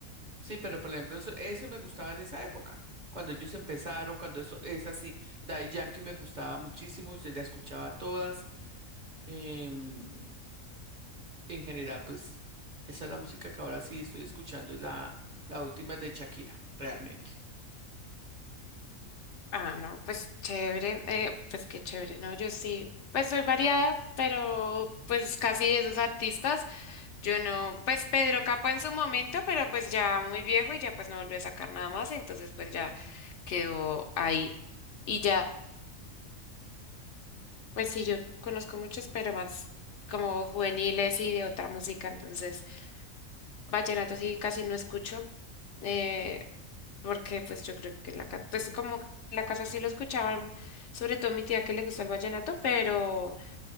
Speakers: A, on the right; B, on the left.
A: Sí, pero por ejemplo, eso, eso me gustaba en esa época. Cuando ellos empezaron, cuando eso es así. Daddy Yankee me gustaba muchísimo. Yo la escuchaba todas. em, En general, pues esa es la música que ahora sí estoy escuchando, es la, la última es de Shakira, realmente.
B: Ah, no, pues chévere, eh, pues qué chévere, ¿no? Yo sí, pues soy variada, pero pues casi de esos artistas, yo no, pues Pedro Capo en su momento, pero pues ya muy viejo y ya pues no volvió a sacar nada más, entonces pues ya quedó ahí. Y ya, pues sí, yo conozco muchos, pero más como juveniles y de otra música, entonces... Vallenato sí casi no escucho, eh, porque pues yo creo que en la casa, pues como que en la casa sí lo escuchaban, sobre todo mi tía que le gusta el vallenato, pero